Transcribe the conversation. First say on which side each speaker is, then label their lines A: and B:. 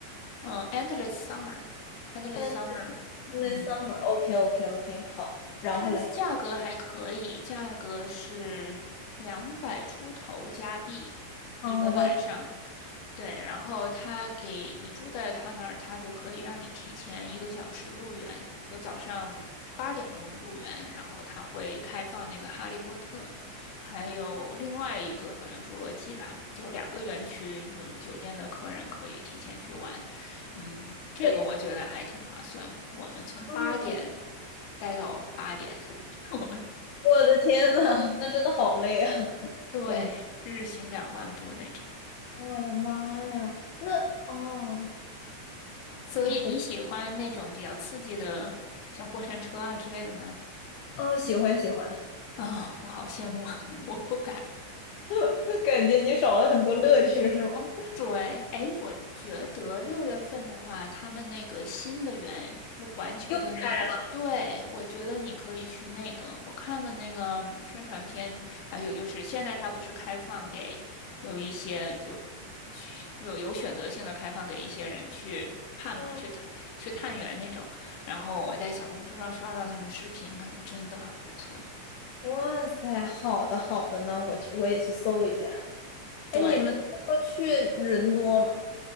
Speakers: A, on the left; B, on the left.
A: 嗯 Endless Summer，Endless
B: ？At
A: Summer，嗯，
B: the Summer。OK OK OK，好。然后嘞，
A: 它价格还可以，价格是两百出头加币
B: 哦，
A: 一个晚上。
B: 那
A: 对，然后他给你住在他那儿，他就可以让你提前一个小时入园，就早上八点钟入园，然后他会开放那个《哈利波特》，还有另外一个好像《侏罗纪》吧，就两个园区，有酒店的客人可以提前去玩。嗯，这个我觉得还挺划算。
B: 可以。可以
A: 我们从八点
B: 哦，
A: 待到八点，<laughs> 我们
B: 我的天呐，那真的好累啊，<laughs>
A: 对日行两万步那种。
B: 感觉。我的妈呀，那哦，
A: 所以你喜欢那种比较刺激的，
B: 对，
A: 像过山车啊之类的吗？
B: 哦，喜欢喜欢，
A: 啊、我好羡慕，<laughs> 我不敢。
B: <laughs> 感觉你少了很多乐趣是吗？
A: 对，哎，我觉得六月份的话，他们那个新的园，就环球的那个，
B: <laughs> 又开了。
A: 对，我觉得你可以去那个。我看了那个嗯宣传片，还有就是现在它不是开放给有一些就去有有选择性的开放给一些人去看嘛，
B: 嗯
A: 去探去探园那种。然后我在小红书上刷到他们视频，感觉真的很不错。
B: 哇塞，好的好的呢，我去我也去搜一下。
A: 对。
B: 哎，你们说去人多吗？